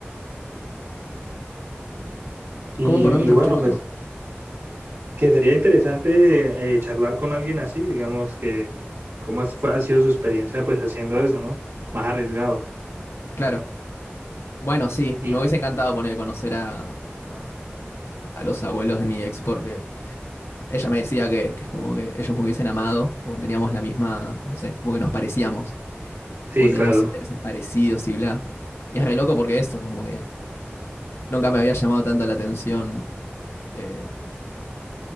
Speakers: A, on the right; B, on the left.
A: Y,
B: ¿Cómo, perdón,
A: y-
B: no te
A: y bueno,
B: escuché el último?
A: pues que sería interesante eh, charlar con alguien así, digamos que cómo has- fue- ha sido su experiencia pues haciendo eso, ¿no? Más arriesgado.
B: Claro. Bueno, sí,
A: Y
B: me hubiese
A: sí.
B: encantado poner a conocer a, a- a los abuelos de mi ex porque ella me decía que, que es como que ellos me hubiesen amado, como teníamos la misma, no sé, como que nos parecíamos,
A: sí,
B: como
A: claro.
B: teníamos intereses parecidos y bla. Y es re loco porque eso, como que nunca me había llamado tanto la atención. eh,